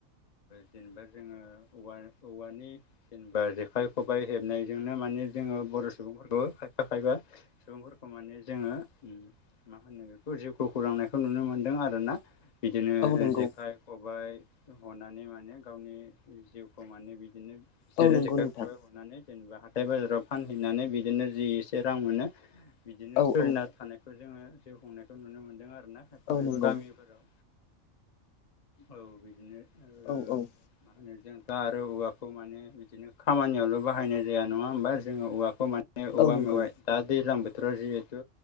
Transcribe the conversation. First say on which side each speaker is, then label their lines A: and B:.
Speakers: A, on the left (about 50°); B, on the left (about 70°).
A: जेनेबा जोंङो औवा औवानि जेनेबा जेखाइ खबाइ हेबनायजोंनो माने जोंङो बर' सुबुंफोरखौ खायफा खायफा सुबुंफोरखौ माने जोंङो मा होनो बेखौ जिउखौ खौरांनायखौ नुनो मोनदों आरोना। बिदिनो
B: औ नंगौ
A: जेखाइ, खबाइ हनानै माने गावनि जिउखौ माने बिदिनो बिसोरो
B: औ नंगौ
A: जेखाइ
B: नोंथां
A: खबाइ हनानै जेनेबा हाथाय बाजाराव फानहैनानै बिदिनो जि एसे रां मोनो बिदिनो
B: औ
A: सोलिना
B: औ
A: थानाय बेखौ जोंङो जिउ खुंनायखौ नुनो मोन्दों आरोना खायफा
B: औ
A: खायफा
B: नंगौ
A: गामिफोराव। औ बिदिनो। ओ
B: औ औ।
A: मा होनो जों दा आरो औवाखौ माने बिदिनो खामानियावल' बाहायनाय जाया नङा होमबा जोंङो औवाखौ मान मे औवा
B: औ नंगौ
A: मेवाइ दा दैज्लां बोथोराव जिहेथु